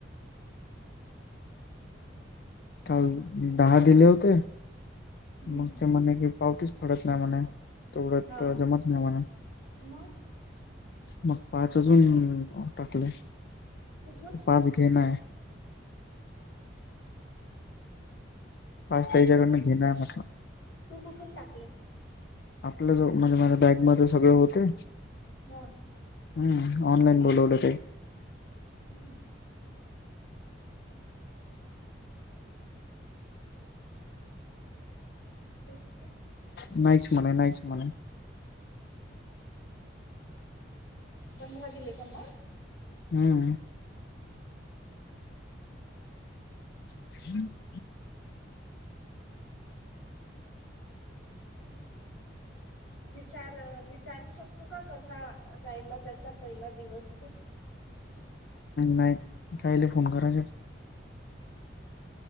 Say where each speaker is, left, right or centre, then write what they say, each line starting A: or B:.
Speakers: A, on the left; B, on the left.
A: काल दहा दिले होते
B: हम्म
A: मग ते म्हणे कि पावतीच फाडत नाही म्हणे. तेवढंत
B: हा
A: जमत नाही मला
B: मग
A: मग पाच अजून टाकलेय
B: कुठून
A: पाच घेन आहे. पाच
B: तू
A: तेज्याकडनं
B: कोणा
A: घेणं म्हटलं.
B: तू कुठून टाकले
A: आपल्या ज म्हणजे माझ्या बॅगमध्ये सगळे होते.
B: हं.
A: हम्म ऑनलाईन बोलवलं ते.
B: हम्म तेच ते.
A: नाहीस म्हणे नाहीस म्हणे.
B: पंधरा दिले त्यांना?
A: हम्म. <inaudible>
B: ठीक आहे. विचार विचारू शकतो का कसा राहिला त्याचा पहिला दिवस त
A: नाही कायले फोन करायच.